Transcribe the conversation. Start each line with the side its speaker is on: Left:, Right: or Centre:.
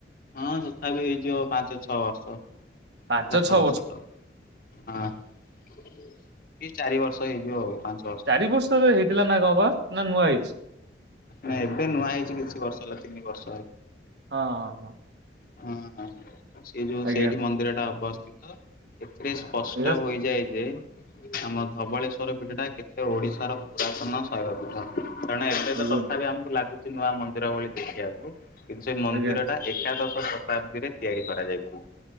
Left: ହଁ ଯଥା ବିି ହେଇଯିବ ପାଞ୍ଚ ଛଅ ବର୍ଷ
Right: ପାଞ୍ଚ
Left: ସାତ
Right: ଛଅ
Left: ବର୍ଷ ତଳେ। ହଁ କି ଚାରି ବର୍ଷ ହେଇଯିବ ଆଉ ପାଞ୍ଚ
Right: ଚାରି ବର୍ଷ ରେ ହେଇଥିଲା ନା କ ବା ନା ନୂଆ ହେଇଛି?
Left: ନାଇଁ ଏବେ ନୂଆ ହେଇଛି କିଛି ବର୍ଷ ହେଲା ତିନି ବର୍ଷ ହେଲା।
Right: ହଁ ହଁ।
Left: ହଁ ସେ ଯୋଉ
Right: ଆଜ୍ଞା
Left: ସେଇଠି ମନ୍ଦିର ଟା ଅବସ୍ଥିତ। ଏଥିରେ ସ୍ପଷ୍ଟ
Right: ଏଇଆ
Left: ହୋଇଯାଏ ଯେ ଆମ ଧବଳେଶ୍ଵର ପୀଠ ଟା କେତେ ଓଡିଶାର ପୁରାତନ ଶୈବ ପୀଠ। କାରଣ ଏବେ
Right: ଆଜ୍ଞା
Left: ତ ତଥା ବିି ଆମକୁ ଲାଗୁଛି ନୂଆ ମନ୍ଦିର ଭଳି ଦେଖିବାକୁ କିନ୍ତୁ ସେ ମନ୍ଦିର
Right: ଆଜ୍ଞା।
Left: ଏକାଦଶ ଶତାବ୍ଦୀରେ ତିଆରି କରାଯାଇଛି।